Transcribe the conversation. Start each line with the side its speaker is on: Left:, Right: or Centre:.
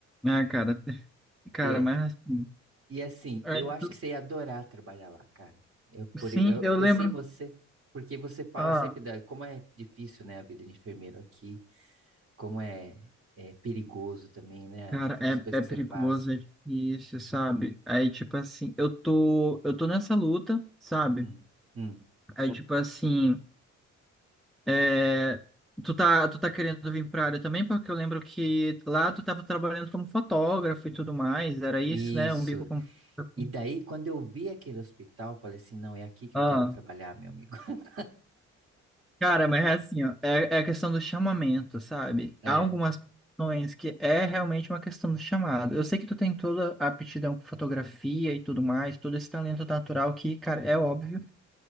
Centre: ah, cara, <laughs> cara,
Right: É,
Centre: mas assim.
Right: E assim,
Centre: aí
Right: eu acho
Centre: tu-
Right: que você ia adorar trabalhar lá, cara. Eu, por,
Centre: Sim,
Right: eu
Centre: eu
Right: pensei
Centre: lembro.
Right: em você, porque você fala
Centre: Ah.
Right: sempre da, como é difícil, né, a vida de enfermeiro aqui, como é, é perigoso também, né?
Centre: Cara,
Right: Tantas
Centre: é,
Right: coisas que
Centre: é perigoso,
Right: você passa.
Centre: é difícil, sabe? Aí, tipo assim, eu tô, eu tô nessa luta, sabe?
Right: Hum, hum.
Centre: Aí, tipo assim, é, tu tá, tu tá querendo vir pra área também, porque eu lembro que lá tu tava trabalhando como fotógrafo e tudo mais, era isso,
Right: Isso.
Centre: né? Um bico como fotógrafo.
Right: E daí, quando eu vi aquele hospital, eu falei assim, não, é aqui que
Centre: Ah,
Right: eu quero trabalhar, meu amigo. <laughs>
Centre: cara, mas é assim, ó, é, é a questão do chamamento, sabe?
Right: É,
Centre: Há algumas profissões que é realmente uma questão do chamado. Eu sei que tu tem toda a aptidão com fotografia e tudo mais, todo esse talento natural que, cara, é óbvio.